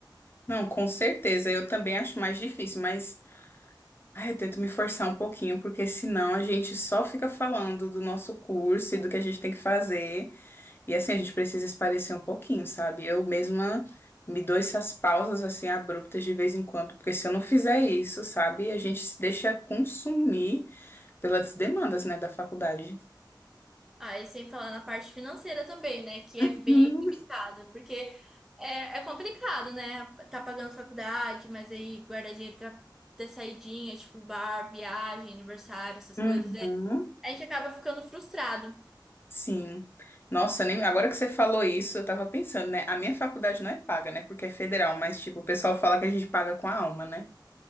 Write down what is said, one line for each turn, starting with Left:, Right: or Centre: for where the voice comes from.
Left: Não, com certeza. Eu também acho mais difícil, mas Ah, eu tento me forçar um pouquinho, porque senão a gente só fica falando do nosso curso e do que a gente tem que fazer. E assim, a gente precisa esparecer um pouquinho, sabe? Eu mesma me dou essas pausas assim abruptas de vez em quando, porque se eu não fizer isso, sabe, a gente se deixa consumir pelas demandas, né, da faculdade.
Centre: Ah, e sem falar na parte financeira também, né? Que é
Left: Uhum.
Centre: bem limitada, porque é, é complicado, né? Tá pagando faculdade, mas aí guardar dinheiro pra ter saidinha, tipo bar, viagem, aniversário, essas
Left: Uhum,
Centre: coisas. é- A gente acaba ficando frustrado.
Left: sim. Nossa, nem- agora que você falou isso, eu tava pensando, né? A minha faculdade não é paga, né? Porque é federal, mas tipo, o pessoal fala que a gente paga com a alma, né?